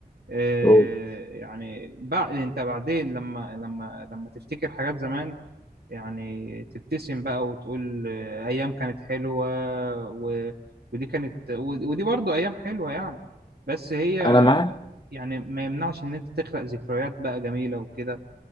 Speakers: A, on the right (about 80°); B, on the left (about 30°).
A: آه،
B: أوه.
A: يعني بعد انت بعدين لما لما لما تفتكر حاجات زمان يعني تبتسم بقى وتقول آه، ايام كانت حلوه و... ودي كانت و- ودي برضو ايام حلوه يعني بس هي
B: انا معاك
A: يعني ما يمنعش ان انت تخلق ذكريات بقى جميله وكده